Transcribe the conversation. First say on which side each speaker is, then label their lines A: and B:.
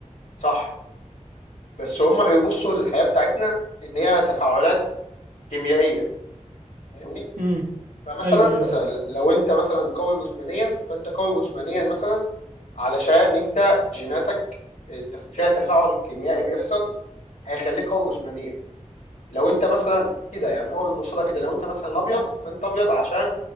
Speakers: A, on the left; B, on the right.
A: صح بس هم بيبصوا للحياه بتاعتنا ان هي تفاعلات كيميائيه فاهمني
B: امم
A: فمثلا
B: أيوه أيوه
A: مثلا
B: أيوه
A: لو انت مثلا قوي جسمانيا فانت قوي جسمانيا مثلا علشان انت جيناتك التف- فيها تفاعل كيميائي بيحصل هيخليك قوي جسمانيا لو انت مثلا كده يعني هو بيبص لها كده لو انت مثلا ابيض فانت ابيض عشان